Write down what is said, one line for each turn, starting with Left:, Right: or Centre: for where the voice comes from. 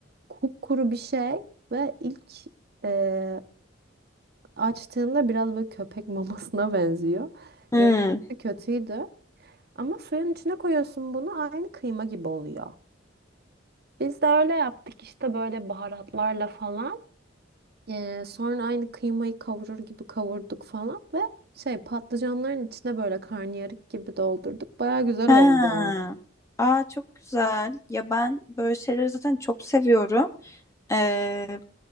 Right: kupkuru bir şey ve ilk e, Açtığımda biraz böyle köpek mamasına <laughs> benziyor.
Left: Hmm.
Right: Görüntüsü kötüydü. Ama suyun içine koyuyorsun bunu aynı kıyma gibi oluyor. Biz de öyle yaptık işte böyle baharatlarla falan. Ee, sonra aynı kıymayı kavurur gibi kavurduk falan ve şey patlıcanların içine böyle karnıyarık gibi doldurduk. Baya güzel
Left: Ha.
Right: oldu.
Left: Aa çok güzel. Ya ben böyle şeyleri zaten çok seviyorum. Ee,